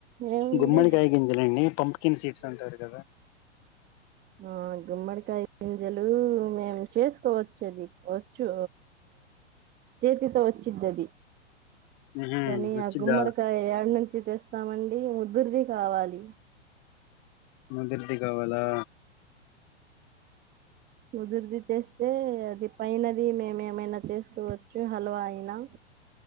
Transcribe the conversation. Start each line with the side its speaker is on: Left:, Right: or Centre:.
Right: ఏముంది
Left: గుమ్మడికాయ గింజలు అండి పంప్కిన్ సీట్స్ అంటారు కదా
Right: ఆ గుమ్మడికాయ గింజలు మేము చేసుకోవచ్చది వచ్చు చేతితో వచ్చిదిది
Left: ఉహు
Right: సని
Left: వచ్చిద్దా
Right: గుమ్మడకా ఎరడుంచి రచి తెస్తామండి ముద్దురిది కావాలి
Left: మాదిరిది కావాలా
Right: ముదుర్ది తెస్తే అది పైనది మేముేమైనా చేసుకోవచ్చు హల్వా అయినా